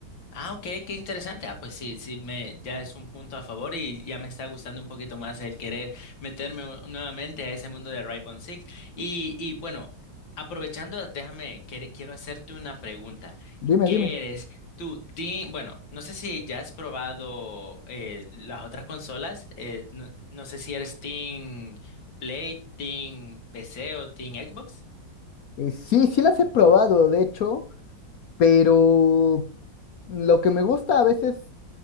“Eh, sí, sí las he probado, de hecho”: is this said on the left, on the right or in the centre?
Left